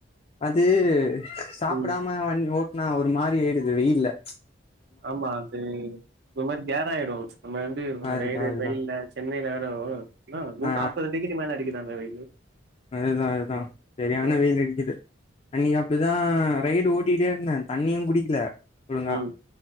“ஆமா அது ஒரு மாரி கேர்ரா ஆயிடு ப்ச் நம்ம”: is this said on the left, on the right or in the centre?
Right